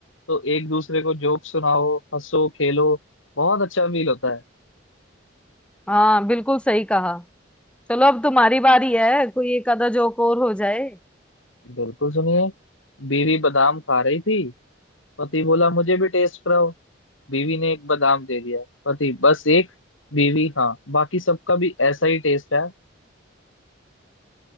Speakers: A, on the left; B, in the centre.
A: तो एक दूसरे को जोक सुनाओ हंसो खेलो बहुत अच्छा फील होता है
B: हाँ बिल्कुल सही कहा चलो अब तुम्हारी बारी है कोई एक आधा जोक और हो जाए
A: बिल्कुल सुनिए बीवी बादाम खा रही थी पति बोला मुझे भी टेस्ट कराओ बीवी ने एक बादाम दे दिया पति बस एक बीवी हाँ बाकी सबका भी ऐसा ही टेस्ट है